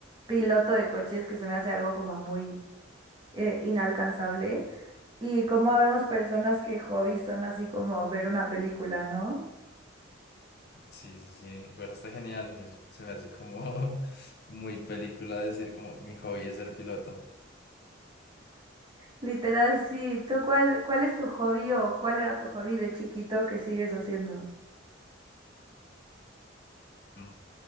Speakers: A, on the right (about 25°); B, on the left (about 55°).
A: piloto de coches, que se me hace algo como muy eh, inalcanzable. Y cómo habemos personas que hobbies son así como ver una película, ¿no?
B: Sí, sí, sí, igual está genial, es- se me hace como <laughs> muy película decir como mi hobby es ser piloto.
A: Literal, sí. ¿Tú cuál, cuál es tu hobby o cuál era tu hobby de chiquito que sigues haciendo?
B: Mm.